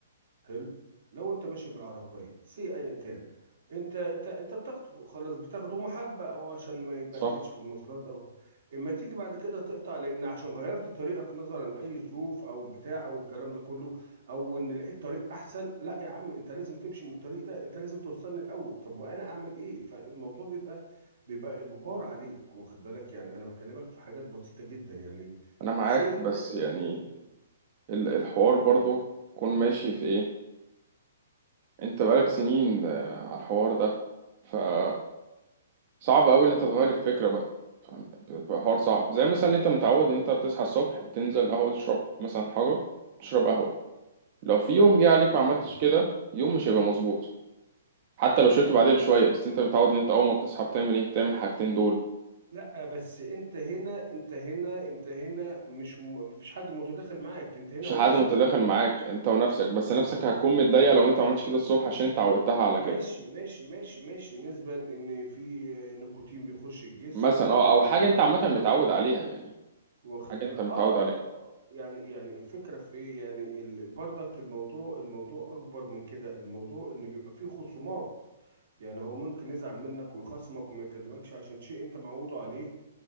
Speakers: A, on the right (about 75°); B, on the right (about 40°).
A: حلو لو انت ماشي بالعربيه سي ايا كان انت انت انت بتاخده خلاص بتاخده محبه او عشان ما يتبهدلش
B: صح
A: في المواصلات او اما تيجي بعد كده تقطع لان عشان غيرت طريقك نظرا لاي ظروف او بتاع او الكلام ده كله او ان لقيت طريق احسن لا يا عم انت لازم تمشي من الطريق ده انت لازم توصلني الاول طب وانا اعمل ايه فالموضوع بيبقى بيبقى اجبار عليك واخد بالك يعني انا بكلمك في حاجات بسيطه جدا يعني
B: أنا معاك
A: سي انت
B: بس
A: انت
B: يعني
A: أنت-
B: ال- الحوار
A: يعني
B: برضو يكون ماشي في إيه أنت بقالك سنين آه، على الحوار ده فصعب أوي إن أنت تغير الفكرة بقى فاهم؟ بيبقى حوار صعب زي مثلا أنت متعود إن أنت بتصحى الصبح بتنزل قهوة تشرب مثلا حجر تشرب قهوة لو في يوم جه عليك
A: تمام
B: ما عملتش كده يوم مش هيبقى مظبوط حتى لو شربت بعدها بشوية بس أنت متعود إن أنت أول ما بتصحى بتعمل إيه بتعمل الحاجتين دول
A: لا بس انت هنا انت هنا انت هنا مش م... مفيش حد متداخل معاك انت هنا
B: مش
A: ونفسك
B: حد متداخل معاك انت ونفسك بس
A: واخد
B: نفسك
A: بالك
B: هتكون
A: انت
B: متضايقه
A: ازاي
B: لو
A: انت
B: انت ما عملتش كده الصبح عشان انت عودتها على
A: ماشي
B: كده
A: ماشي ماشي ماشي نسبة ان في نيكوتين بيخش الجسم
B: مثلا
A: او
B: اه
A: انت
B: او حاجه
A: متعود
B: انت عامه متعود
A: او او
B: عليها
A: او, أو.
B: يعني
A: واخد
B: حاجه
A: بالك
B: انت متعود
A: اه, آه,
B: عليها
A: آه يعني يعني الفكرة في ايه يعني ال... برضك الموضوع الموضوع اكبر من كده الموضوع ان بيبقى فيه خصومات يعني هو ممكن يزعل منك ويخصمك وما يكلمكش عشان شيء انت معوده عليه